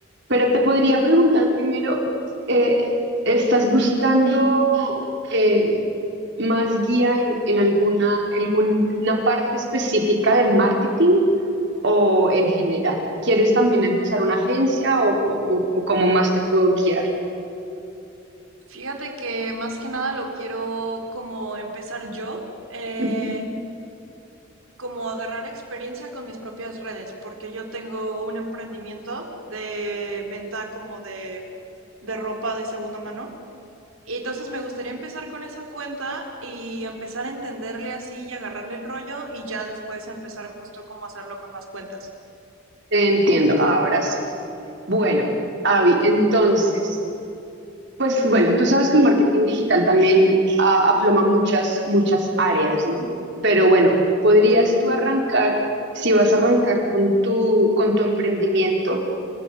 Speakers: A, on the right; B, on the right.
A: pero te podría preguntar primero, eh, ¿estás buscando eh, más guía en, en alguna, alguna parte específica del marketing o en general? ¿Quieres también empezar una agencia o, o- o- o cómo más te puedo guiar?
B: Fíjate que más que nada lo quiero como empezar yo. eh,
A: Ujú.
B: como agarrar experiencia con mis propias redes, porque yo tengo un emprendimiento de venta como de, de ropa de segunda mano. Y entonces me gustaría empezar con esa cuenta y empezar a entenderle así y agarrarle el rollo y ya después empezar justo cómo hacerlo con más cuentas.
A: Entiendo, ahora sí. Bueno, Avi, entonces... Pues bueno, tú sabes que el marketing digital también ah, aploma muchas, muchas áreas, ¿no? Pero bueno, podrías tú arrancar, si vas a arrancar con tu, con tu emprendimiento,